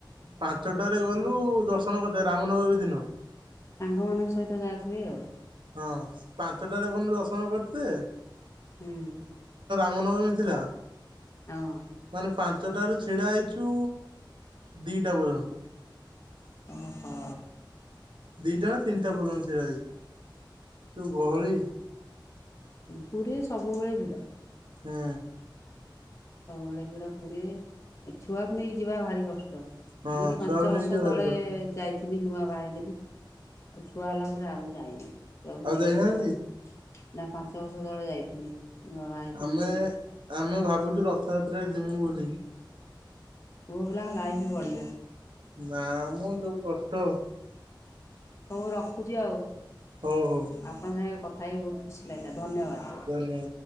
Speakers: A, on the right; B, on the left.
A: ପାଞ୍ଚଟାରେ ଗଲୁ ଦର୍ଶନ କରିତେ ରାମନବମୀ ଦିନ।
B: ସାଙ୍ଗମାନଙ୍କ ସହିତ ଯାଉଥିବେ ଆଉ।
A: ହଁ ପାଞ୍ଚଟାରେ ଗନୁ ଦର୍ସନ କରିତେ।
B: ହୁଁ।
A: ରାମ ନବମୀ ଥିଲା
B: ହଁ
A: ମାନେ ପାଞ୍ଚଟାରୁୁ ଛିଡା ହେଇଛୁ। ଦିଟା ପର୍ଯ୍ୟନ୍ତ।
B: ଓହୋ
A: ଦି ଟା ନା ତିନିଟା ପର୍ଯ୍ୟନ୍ତ ଛିଡ଼ା ହେଇଚ୍ଛୁ ଯୋଉ ଗହଳି।
B: ହୁଁ ପୁରୀରେ ସବୁବେଳେ ଭିଡ।
A: ହୁଁ।
B: ସବୁବେଳେ ଭିଡ ପୁରୀରେ ଏ ଛୁଆକୁ ନେଇକି ଯିବା ଭାରି କଷ୍ଟ।
A: ହଁ
B: ମୁଁ ଏଇ ପାଞ୍ଚ
A: ଛୁଆକୁ
B: ବର୍ଷ
A: ନେଇକି ଯିବା ଭାରି
B: ତଳେ
A: କଷ୍ଟ
B: ଯାଇଥିଲି ନୂଆ। ବାହା ହେଇଥିଲି ଆଉ ଛୁଆ ହେଲା ପରେ ଆଉ ଯାଇନି ଛୁଆକୁ
A: ଆଉ
B: ନେଇକି
A: ଯାଇନାହାନ୍ତି
B: ଟିକେ। ନା ପାଞ୍ଚ ବର୍ଷ ତଳେ ଯାଇଥିଲି, ନୁଆ ବାହା ହୋଇଥିଲି
A: ଆମେ
B: ଯୋଉ।
A: ଆମେ ଭାବୁଛୁ ରଥ ଯାତ୍ରାରେ ଯିମୁ ବୋଲି।
B: ପୁଅ ପିଲାଙ୍କ ଲାଇଫ ବଢିଆ।
A: ନା ମ ଯୋଉ କଷ୍ଟ।
B: ହଉ ରଖୁଛି ଆଉ
A: ହଉ ହଉ
B: ଆପଣଙ୍କ ସାଙ୍ଗେ କଥା ହେଇକି ବହୁତ ଖୁସି ଲାଗିଲା। ଧନ୍ୟବାଦ।
A: କୁହନି।